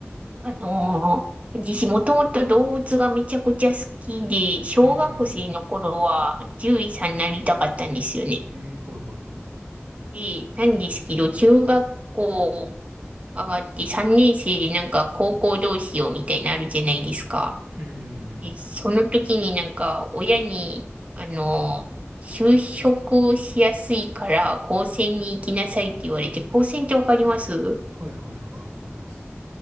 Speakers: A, on the right (about 30°); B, on the right (about 85°).
A: あのー私もともと動物がめちゃくちゃ好きで、小学生の頃は獣医さんになりたかったんですよね。
B: うんうん。えー、はいはいは
A: で、なんですけど、中学校上がって3年生でなんか高校どうしようみたいになるじゃないですか。
B: い。うんうんうん。
A: で、その時になんか親に、あのー就職しやすいから高専に行きなさいって言われて、高専ってわかります
B: はいはいはい、わかります。